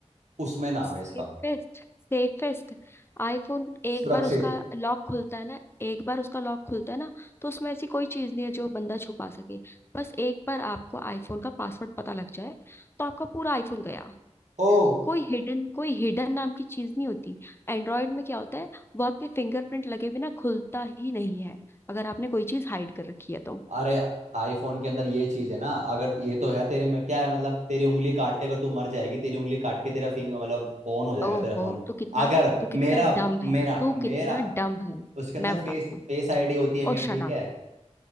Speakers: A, on the right; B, on the left.
A: उसमें नाम
B: Safest
A: है इसका
B: safest iPhone एक
A: सुरक्षित
B: बार उसका लॉक खुलता है ना एक बार उसका लॉक खुलता है ना तो उसमें ऐसी कोई चीज नहीं है जो बंदा छुपा सके बस एक बार आपको आईफोन का पासवर्ड पता लग जाए तो आपका पूरा आईफोन गया
A: ओ
B: कोई हिडन कोई हिडन नाम की चीज नहीं होती एंड्रॉयड में क्या होता है वो आपके फिंगरप्रिंट लगे बिना खुलता ही नहीं है अगर आपने कोई चीज हाइड कर रखी है तो
A: अरे आईफोन के अंदर ये चीज है ना अगर ये तो है तेरे में क्या है मतलब तेरी उंगली काट के अगर तू मर जाएगी तेरी उंगली काट के तेरा फिंगर मतलब ऑन हो जाएगा
B: ओहो
A: तेरा फोन
B: तो कितना
A: अगर
B: तो कितना
A: मेरा
B: डम्ब है
A: मेरा
B: तो कितना
A: मेरा
B: डम्ब है
A: उसके अंदर
B: मैं बताती
A: फेस
B: हूँ
A: फेस आईडी होती है मेन
B: ओ
A: ठीक
B: शट अप
A: है